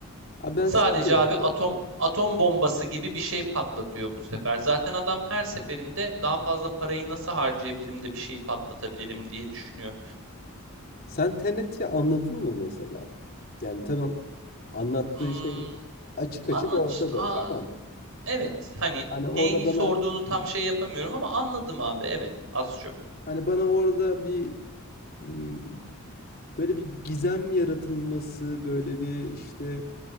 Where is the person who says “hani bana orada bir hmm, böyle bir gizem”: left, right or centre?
Left